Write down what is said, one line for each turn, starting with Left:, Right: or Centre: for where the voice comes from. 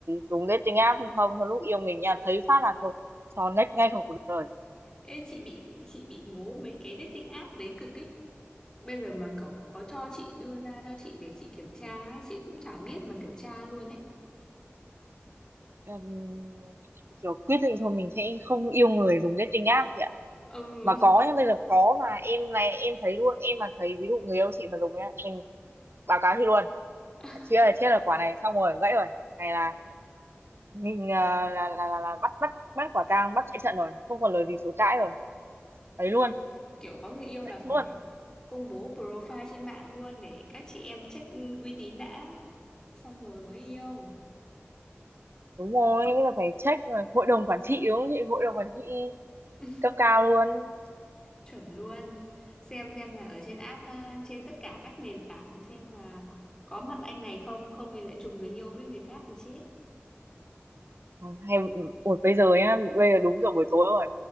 Right: dùng dating app hay không thôi lúc yêu mình nha thấy phát là thôi cho next ngay khỏi cuộc đời
Left: Ê chị bị chị bị ngố mấy cái dating app đấy cực ấy bây giờ mà cậu có cho chị đưa ra cho chị để chị kiểm tra ấy chị cũng chẳng biết mà kiểm tra luôn ấy
Right: Ừm, kiểu quyết định thôi mình sẽ không yêu người dùng dating app chị ạ
Left: ừ
Right: mà có nhá bây giờ có mà em này em thấy luôn em mà thấy ví dụ người yêu chị mà dùng nhá em báo cáo chị luôn
Left: <laughs>
Right: chị ơi chết là quả này xong rồi gãy rồi này là mình ờ, là, là là là bắt bắt bắt quả tang bắt chạy trận rồi không còn lời gì chối cãi rồi ấy luôn
Left: kiểu kiểu có người yêu là
Right: Đấy
Left: phải
Right: luôn
Left: công bố profile trên mạng luôn để các chị em check uy tín đã xong rồi mới yêu
Right: đúng rồi bây giờ phải check rồi hội đồng quản trị đúng không chị hội đồng quản trị
Left: <laughs>
Right: cấp cao luôn
Left: chuẩn luôn xem xem là ở trên app ờ, trên tất cả các nền tảng xem là có mặt anh này không không thì lại trùng người yêu với người khác thì chết
Right: Ừ, hay ừ, ủa bây giờ nhá bây giờ đúng giờ buổi tối rồi